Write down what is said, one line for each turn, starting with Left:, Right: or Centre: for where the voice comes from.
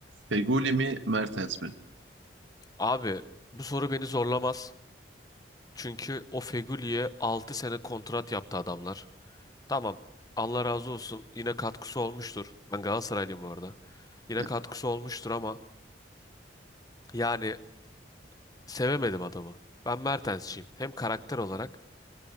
Right: Feguli mi Mertens mi?
Left: Abi bu soru beni zorlamaz. Çünkü o Fegüli'ye 6 sene kontrat yaptı adamlar. Tamam. Allah razı olsun. Yine katkısı olmuştur. Ben Galatasaraylıyım bu arada. Yine
Right: <laughs>
Left: katkısı olmuştur ama yani sevemedim adamı. Ben Mertensçiyim. Hem karakter olarak